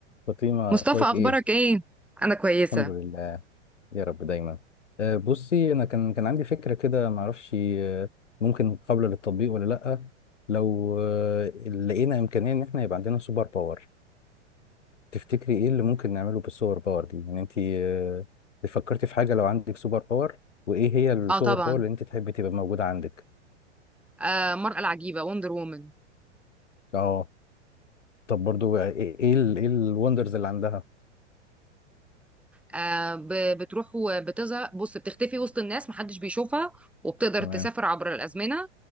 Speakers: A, on the left; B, in the centre.
A: فاطمة
B: مصطفى
A: أخبارك
B: اخبارك
A: إيه؟
B: ايه انا كويسه
A: الحمد لله يا رب دايما أه بصي أنا كان كان عندي فكرة كده معرفش أه، ممكن قابلة للتطبيق ولا لأ لو أه، لقينا إمكانية إن إحنا يبقى عندنا سوبر باور تفتكري إيه اللي ممكن نعمله بالسوبر باور دي؟ يعني أنت أه، فكرتي في حاجة لو عندك سوبر باور وإيه هي السوبر
B: اه طبعا
A: باور اللي أنت تحبي تبقى موجودة عندك؟
B: آه مرأة العجيبه وندر وومن
A: أه طب برضو آه، إيه إيه ال- إيه الوندرز اللي عندها؟
B: آه ب- بتروح وبتظهر بص بتختفي وسط الناس محدش بيشوفها وبتقدر
A: تمام
B: تسافر عبر الازمنه